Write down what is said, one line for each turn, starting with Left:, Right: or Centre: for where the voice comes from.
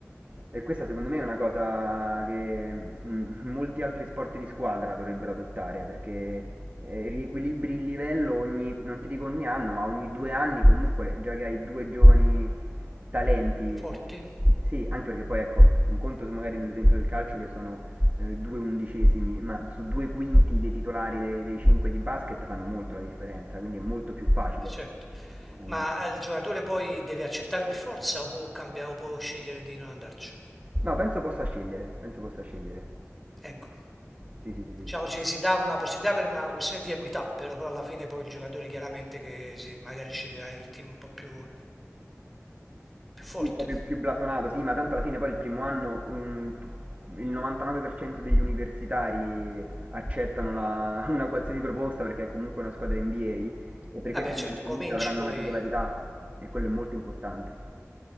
Right: E questa secondo me è una cosa che mm, molti altri sport di squadra dovrebbero adottare perché eh, riequilibri il livello ogni, non ti dico ogni anno, ma ogni due anni comunque, già che hai due giovani talenti.
Centre: forti,
Right: eh, Sì, anche perché poi ecco, un conto su magari nell'esempio del calcio che sono eh, due undicesimi, ma su due quinti dei titolari de- dei cinque di basket fanno molto la differenza, quindi è molto più facile.
Centre: certo.
Right: Mm.
Centre: Ma eh, il giocatore poi deve accettare per forza o può cambiare o può scegliere di non andarci?
Right: No, penso possa scegliere, penso possa scegliere.
Centre: Ecco,
Right: Sì, sì, sì, sì.
Centre: diciamo ci si dà una possibilità per una questione di equità, però, però alla fine poi il giocatore chiaramente che si, magari sceglierà il team un po' più, più forte.
Right: un po' più, più blasonato, sì, ma tanto alla fine poi il primo anno un- tu- il 99% degli universitari accettano la- <laughs> una qualsiasi proposta perché è comunque una squadra NBA e perché
Centre: Vabbè,
Right: sanno
Centre: certo,
Right: che comunque
Centre: cominci
Right: avranno
Centre: poi,
Right: la titolarità e quello è molto importante.